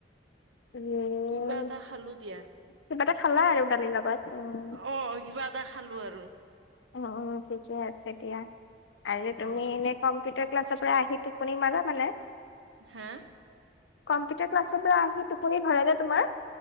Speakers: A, on the left; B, on the right.
A: উম,
B: কিবা এটা খালোঁ দিয়া।
A: কিবা এটা খালা আৰু দালিৰ লগত উম।
B: অ', কিবা এটা খালোঁ আৰু।
A: উম উম, ঠিকে আছে দিয়া, কাইলে তুমি
B: অ
A: এনেই কম্পিউটাৰ ক্লাছৰ পৰা আহি টোপনি মাৰা মানে?
B: হা?
A: কম্পিউটাৰ ক্লাছৰ পৰা আহি টোপনি ধৰেনে তোমাৰ?